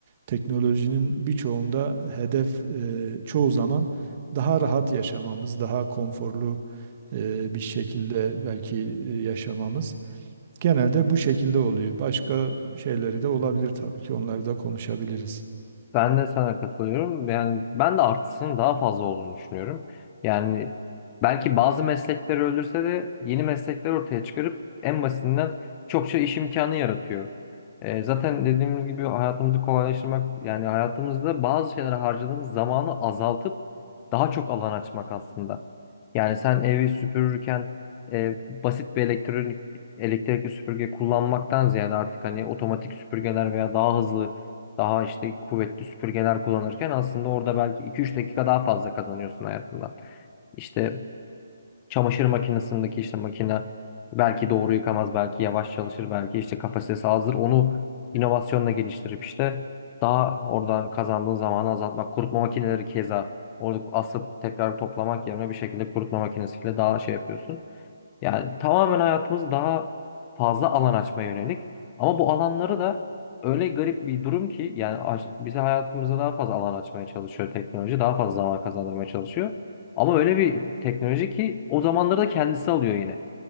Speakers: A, on the right (about 35°); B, on the left (about 25°).
A: teknolojinin birçoğunda hedef e, çoğu zaman daha rahat yaşamamız, daha konforlu e, bir şekilde belki e, yaşamamız. Genelde bu şekilde oluyor. Başka şeyleri de olabilir tabii ki. Onları da konuşabiliriz.
B: Ben de sana katılıyorum. Yani ben de artısının daha fazla olduğunu düşünüyorum. Yani belki bazı meslekleri öldürse de yeni meslekler ortaya çıkarıp en basitinden çokça iş imkanı yaratıyor. Ee, zaten dediğimiz gibi hayatımızı kolaylaştırmak yani hayatımızda bazı şeylere harcadığımız zamanı azaltıp daha çok alan açmak aslında. Yani sen evi süpürürken e, basit bir elektronik elektrikli süpürge kullanmaktan ziyade artık hani otomatik süpürgeler veya daha hızlı daha işte kuvvetli süpürgeler kullanırken aslında orada belki iki üç dakika daha fazla kazanıyorsun hayatından. İşte çamaşır makinesindeki işte makine belki doğru yıkamaz, belki yavaş çalışır, belki işte kapasitesi azdır. Onu inovasyonla geliştirip işte daha oradan kazandığın zamanı azaltmak. Kurutma makineleri keza orada asıp tekrar toplamak yerine bir şekilde kurutma makinesiyle daha şey yapıyorsun. Yani tamamen hayatımız daha fazla alan açmaya yönelik. Ama bu alanları da öyle garip bir durum ki yani aş- bize hayatımıza daha fazla alan açmaya çalışıyor teknoloji. Daha fazla zaman kazandırmaya çalışıyor. Ama öyle bir teknoloji ki o zamanları da kendisi alıyor yine.